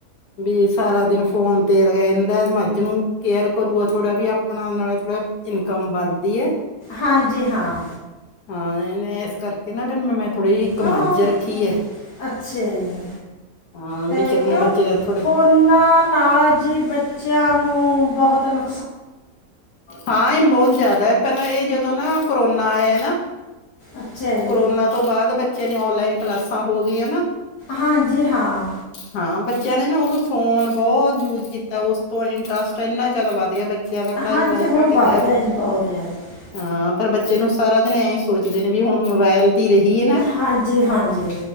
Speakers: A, on the left (about 75°); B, on the left (about 85°).
A: ਵੀ ਸਾਰਾ ਦਿਨ ਫੋਨ ਤੇ ਰ ਇਹਦਾ ਮੱਝ ਨੂੰ ਕੇਅਰ ਕਰੂਗਾ ਥੋੜ੍ਹਾ ਵੀ ਆਪਣਾ ਨਾਲੇ ਥੋੜਾ ਇਨਕਮ ਵੱਧਦੀ ਹੈ
B: ਹਾਂਜੀ ਹਾਂ
A: ਹਾਂ ਇਹ ਇਸ ਕਰਕੇ ਨਾ ਫੇਰ ਮੈਂ ਮੈਂ ਥੋੜ੍ਹੀ ਜਿਹੀ ਇੱਕ
B: ਕਿਉਂ
A: ਮੱਝ ਰੱਖੀ ਹੈ
B: ਅੱਛਾ ਜੀ
A: ਹਾਂ
B: ਤੇ
A: ਵੀ ਚੱਲ ਮੈਂ
B: ਕਿਉਂ
A: ਬੱਚੇ ਦਾ ਥੋੜੇ
B: ਫੋਨਾਂ ਨਾਲ ਜੀ ਬੱਚਿਆਂ ਨੂੰ ਬਹੁਤ ਨੁ
A: ਹਾਂ ਇਹ ਬਹੁਤ ਜ਼ਿਆਦਾ ਹੈ ਪਹਿਲਾਂ ਇਹ ਜਦੋਂ ਨਾ ਕਰੋਨਾ ਆਇ ਨਾ
B: ਅੱਛਾ ਜੀ
A: ਕਰੋਨਾ ਤੋਂ ਬਾਅਦ ਬੱਚਿਆਂ ਦੀ ਓਨਲਾਈਨ ਕਲਾਸਾਂ ਹੋ ਗਈਆਂ ਨਾ
B: ਹਾਂਜੀ ਹਾਂ
A: ਹਾਂ ਬੱਚਿਆਂ ਨੇ ਨਾ ਉਦੋਂ ਫੋਨ ਬਹੁਤ ਯੂਜ ਕੀਤਾ ਉਸ ਤੋਂ ਇੰਟਰਸਟ ਇੰਨਾ ਜ਼ਿਆਦਾ ਵੱਧ ਗਿਆ ਬੱਚਾ ਬੱਚਿਆਂ ਦਾ ਪੜ੍ਹਾਈ
B: ਹਾਂਜੀ
A: ਵੱਲ
B: ਹੁਣ
A: ਘੱਟ
B: ਵੱਧ
A: ਗਿਆ
B: ਜੀ ਬਹੁਤ ਜ਼ਿਆਦਾ
A: ਹਾਂ ਪਰ ਬੱਚੇ ਨੂੰ ਸਾਰਾ ਦਿਨ ਐਂ ਹੀ ਸੋਚਦੇ ਨੇ ਵੀ ਹੁਣ ਮੋਬਾਇਲ ਰਹੀ ਹੈ ਨਾ
B: ਹਾਂਜੀ ਹਾਂਜੀ